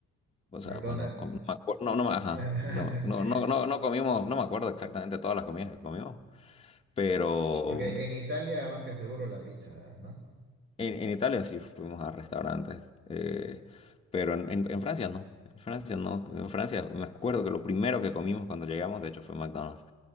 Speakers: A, on the left; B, on the right.
A: o sea,
B: McDonald's.
A: bueno, com- no, me acuer- no, no me- ajá,
B: <laughs>
A: no, no, no, no- no comimos, no me acuerdo exactamente todas las comidas que comimos, pero
B: Porque en Italia, más que seguro, la pizza, ¿no?
A: En, en Italia sí fuimos a restaurantes, eh, pero en, en- en Francia no. En Francia no. En Francia me acuerdo que lo primero que comimos cuando llegamos, de hecho, fue McDonald's.